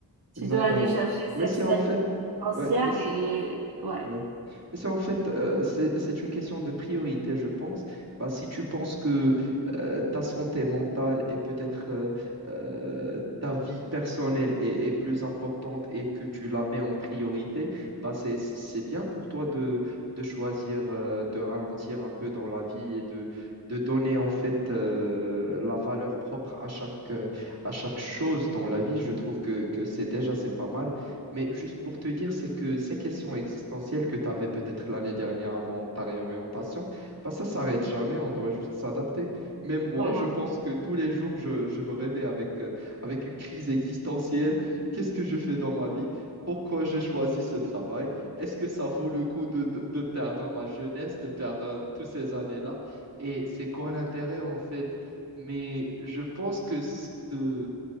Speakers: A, on the right; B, on the right.
A: tu
B: exactement.
A: dois aller chercher
B: Mais
A: cette
B: c'est
A: stabilité
B: en fait,
A: financière
B: ouais, mais, c-
A: et ouais,
B: ouais. Mais c'est en fait, euh, c'est, c'est une question de priorité, je pense. Bah, si tu penses que euh, ta santé mentale et peut-être euh, euh, ta vie personnelle est, est plus importante et que tu la mets en priorité, bah, c'est, c'est bien pour toi de, de choisir euh, de ralentir un peu dans la vie et de, de donner en fait euh, la valeur propre à chaque, euh, à chaque chose dans la vie. Je trouve que, que c'est déjà, c'est pas mal. Mais juste pour te dire, c'est que ces questions existentielles que tu avais peut-être l'année dernière avant ta réorientation, bah ça s'arrête jamais, on doit juste s'adapter. Même moi,
A: voilà,
B: je pense que tous les jours, je, je me réveille avec, euh, avec une crise existentielle. Qu'est-ce que je fais dans ma vie? Pourquoi j'ai choisi ce travail? Est-ce que ça vaut le coup de, de, de perdre ma jeunesse, de perdre euh, toutes ces années-là? Et c'est quoi l'intérêt en fait? Mais je pense que ce,